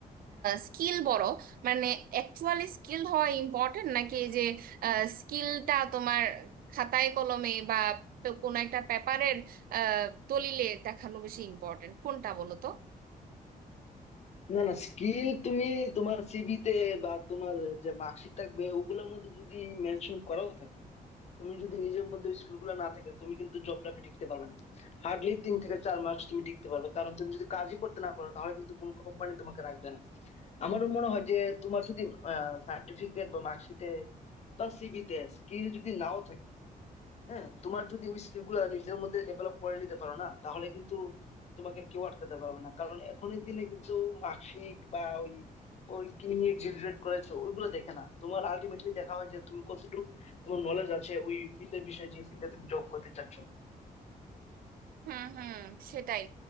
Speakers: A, on the right (about 75°); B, on the left (about 45°).
A: স্কিল বড় মানে অ্যাকচুয়ালি স্কিল হওয়া ইম্পর্টেন্ট নাকি এই যে স্কিলটা তোমার খাতায় কলমে বা পে- কোনো একটা পেপারের দলিলে দেখানো বেশি ইম্পর্টেন্ট কোনটা বলো তো
B: না না স্কিল তুমি তোমার সিভিতে বা তোমার যে মার্কশিট থাকবে ওগুলোর মধ্যে যদি মেনশন করাও থাকে তুমি যদি নিজের মধ্যে স্কিল গুলো না থাকে তুমি কিন্তু জব লাইফে টিকতে পারবে না হার্ডলি তিন থেকে চার মাস তুমি টিকতে পারবে কারণ তুমি যদি কাজই করতে না পারো তাহলে কিন্তু কোন কোম্পানি তোমাকে রাখবে না আমার মনে হয় যে তোমার যদি সার্টিফিকেট বা মার্কশিটে বা সিভিতে স্কিল যদি নাও থাকে হ্যাঁ তোমার যদি ওই স্কিল গুলা নিজের মধ্যে ডেভেলপ করে নিতে পারো না তাহলে কিন্তু তোমাকে কেউ আটকাতে পারবে না কারণ এখনের দিনে কিন্তু মার্কশিট বা ওই ওই কি নিয়ে গ্রাজুয়েট করেছো ওইগুলো দেখে না তোমার আলটিমেটলি দেখা হয় যে তুমি কতটুকু তোমার নলেজ আছে ওই ফিল্ডের বিষয়ে যে ফিল্ডে তুমি জব করতে চাচ্ছ
A: হুম হুম সেটাই